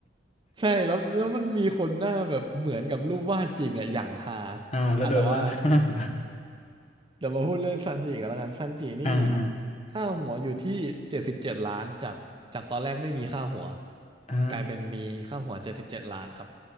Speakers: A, on the right (about 25°); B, on the left (about 40°).
A: ใช่แล้วแล้วมันมีคนหน้าแบบเหมือนกับรูปวาดจริงอ่ะอย่างฮา
B: <laughs> อ่าแล้วโดนลากข้างมา
A: อ่ะแต่ว่า เดี๋ยวมาพูดเรื่องซันจิกันแล้วกันซันจินี่
B: <laughs> อ่าอ่า
A: ค่าหัวอยู่ที่เจ็ดสิบเจ็ดล้านจากจากตอนแรกไม่มีค่าหัว
B: อ่า
A: กลายเป็นมีค่าหัวเจ็ดสิบเจ็ดล้านครับ